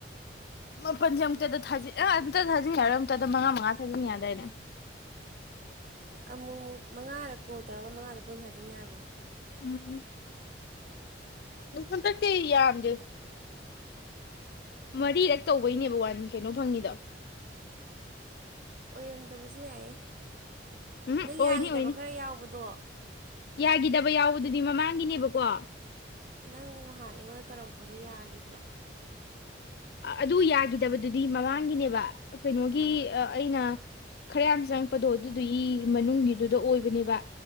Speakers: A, on the left; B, on the right.
A: ꯃꯥꯄꯜꯁꯦ ꯑꯨꯛꯇꯗ ꯊꯥꯖꯤ ꯑ ꯑꯝꯇ ꯊꯥꯖꯤꯟ ꯌꯥꯔ ꯑꯝꯛꯇꯗ ꯃꯉꯥ ꯃꯉꯥ ꯊꯥꯖꯤꯟ ꯌꯥꯗꯥꯏꯅꯦ
B: ꯑꯃꯨꯛ ꯃꯉꯥꯗ ꯀꯣꯜ ꯇꯧꯔꯒ ꯃꯉꯥꯗ ꯄꯨꯟꯅ ꯍꯥꯖꯤꯟ ꯌꯥꯕꯅꯤ
A: ꯎꯝ ꯍ ꯇ ꯀ ꯌꯥꯝꯗ ꯃꯔꯤꯔꯛ ꯇꯧꯕꯩꯅꯦꯕ ꯋꯥꯟ ꯀꯩꯅꯣ ꯐꯪꯉꯤꯗ
B: ꯑꯣꯏꯔꯝꯗꯕꯁꯨ ꯌꯥꯏꯌꯦ
A: ꯎꯝ
B: ꯅꯪ
A: ꯑꯣꯏꯅꯤ
B: ꯌꯥꯈꯤꯗꯕ
A: ꯑꯣꯏꯅꯤ
B: ꯈꯔ ꯌꯥꯎꯕꯗꯣ
A: ꯌꯥꯒꯤꯗꯕ ꯌꯥꯎꯕꯗꯨꯗꯤ ꯃꯃꯥꯡꯒꯤꯅꯦꯕꯀꯣ
B: ꯅꯪ ꯅꯍꯥꯟ ꯑꯩꯉꯣꯟꯗ ꯇꯧꯔꯛꯄꯗꯣ ꯌꯥꯈꯤꯕ꯭ꯔꯣ
A: ꯑꯗꯨ ꯌꯥꯒꯤꯗꯕꯗꯨꯗꯤ ꯃꯃꯥꯡꯒꯤꯅꯦꯕ ꯀꯩꯅꯣꯒꯤ
B: ꯑꯥ
A: ꯑꯩꯅ ꯈꯔ ꯌꯥꯝ ꯆꯪꯉꯛꯄꯗꯣ ꯑꯗꯨꯗꯨꯒꯤ ꯃꯅꯨꯡꯒꯤꯗꯨꯗ ꯑꯣꯏꯕꯅꯦꯕ